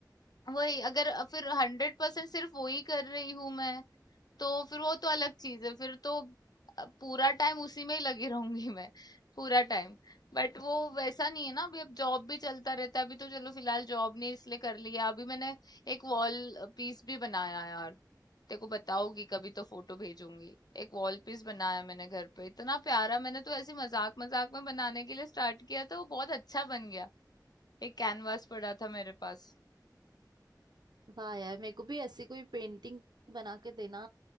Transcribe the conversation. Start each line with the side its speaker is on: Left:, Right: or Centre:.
Left: वही अगर फिर हंड्रेड परसेंट सिर्फ वही कर रही हूँ मैं तो फिर वो तो अलग चीज है फिर तो अ, पूरा टाइम उसी में ही लगी रहूंगी <laughs> मैं पूरा टाइम बट वो वैसा नहीं है ना अभी अब जॉब भी चलता रहता है अभी तो चलो फिलहाल जॉब नहीं इसलिए कर लिया अभी मैंने एक वॉल पीस भी बनाया यार तेरे को बताऊंगी कभी तो फोटो भेजूंगी एक वॉल पीस बनाया मैंने घर पे इतना प्यारा मैंने तो ऐसे मजाक मजाक में बनाने के लिए स्टार्ट किया था वो बहुत अच्छा बन गया एक कैनवास पड़ा था मेरे पास
Right: वाह यार मेरे को भी ऐसी कोई पेंटिंग बना के देना